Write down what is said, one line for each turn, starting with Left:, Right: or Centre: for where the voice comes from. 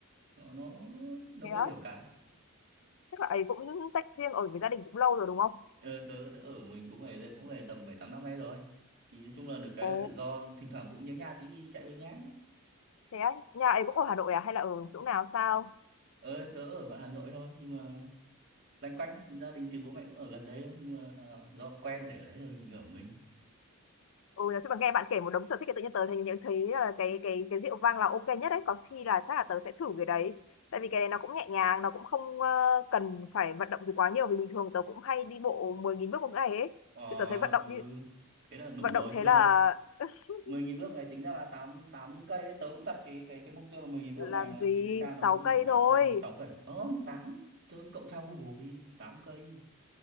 Right: nó nó nó
Left: thế á
Right: có nhiều cái
Left: chắc là ấy cũng tách riêng ở với gia đình cũng lâu rồi đúng không
Right: ờ, tớ tớ ở mình cũng về cũng về tầm bảy tám năm nay rồi thì nói chung là được cái
Left: ồ
Right: là tự do thỉnh thoảng cũng nhớ nhà tí đi chạy về nhà
Left: thế á nhà ấy cũng ở Hà Nội à hay là ở chỗ nào sao
Right: ờ, tớ ở ngoài Hà Nội thôi nhưng mà loanh quanh gia đình thì bố mẹ cũng ở gần đấy thôi nhưng mà do quen để ở đấy rồi mình ở mình
Left: Ừ, nói chung là nghe bạn kể một đống sở thích thì tự nhiên tớ thấy nhận thấy là cái cái cái rượu vang là ok nhất đấy có khi là chắc là tớ sẽ thử cái đấy tại vì cái này nó cũng nhẹ nhàng nó cũng không ờ, cần phải vận động gì quá nhiều vì bình thường tớ cũng hay đi bộ 10.000 bước một ngày ấy
Right: ờ
Left: thì tớ thấy vận động
Right: ừ
Left: đi
Right: thế là đủ
Left: vận
Right: rồi
Left: động thế
Right: thưa
Left: là <laughs>
Right: 10.000 bước ngày tính ra là 8 8 cây đấy tớ cũng đặt cái cái cái mục tiêu là 10.000 bước
Left: làm
Right: ngày mà
Left: gì
Right: thì tớ tra nó
Left: 6
Right: khoảng
Left: cây
Right: tám
Left: thôi
Right: cây 6 cây không tám tớ cậu tra Google đi 8 cây